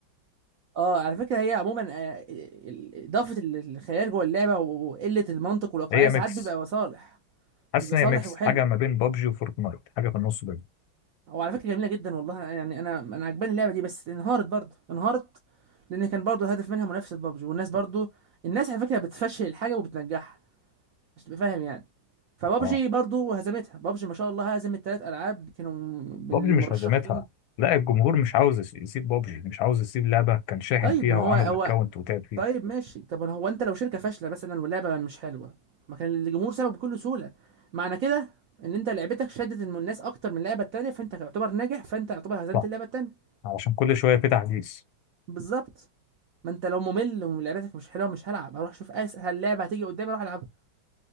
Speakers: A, on the right; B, on the left.
A: اه على فكره هي عموما آه، ال- ال- اضافه ال- الخيال جوه اللعبه وقله المنطق والواقعيه
B: هي
A: ساعات
B: ميكس
A: بيبقى صالح
B: حاسس
A: بيبقى
B: ان
A: صالح
B: هي ميكس
A: وحلو
B: حاجه ما بين بابجي وفورتنايت حاجه في النص بينهم
A: هو على فكره جميله جدا والله يعني انا انا عجباني اللعبه دي بس انهارت برضه انهارت لان كان برضه الهدف منها منافسه بابجي والناس برضه الناس على فكره بتفشل الحاجه وبتنجحها مش تبقى فاهم يعني فبابجي
B: اه
A: برضو هزمتها بابجي ما شاء الله هزمت ثلاث العاب كانوا من
B: بابجي
A: المرشحين
B: مش هزمتها لا الجمهور مش عاوز يس- يسيب بابجي مش عاوز يسيب لعبه كان شاحن
A: طيب
B: فيها
A: ما
B: وعامل
A: هو هو
B: اكونت وتعب فيها
A: طيب ماشي طب هو انت لو شركه فاشله مثلا واللعبه مش حلوه ما كان الجمهور سابك بكل سهوله معنى كده ان انت لعبتك شدت الم- الناس اكتر من اللعبه التانيه فانت تعتبر ناجح فانت تعتبر هزمت
B: صح
A: اللعبه التانيه
B: علشان كل شويه في تحديث
A: بالظبط ما انت لو ممل ولعبتك مش حلوه مش هلعب اروح اشوف اسهل لعبه هتيجي قدامي اروح العبها